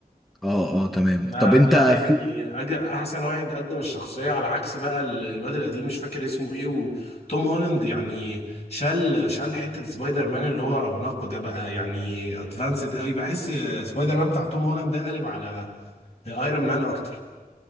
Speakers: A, in the centre; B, on the left (about 40°).
A: اه اه تمام
B: ده
A: طب انت
B: ده يعني
A: في
B: أج- احسن واحد قدم الشخصيه على عكس بقى ال- الواد القديم مش فاكر اسمه ايه وتوم هولاند يعني شال شال حته سبايدر مان اللي هو رونقه ده بقى يعني ادفانسد قوي بحس سبايدر مان بتاع توم هولاند ده قالب على ايرون مان اكتر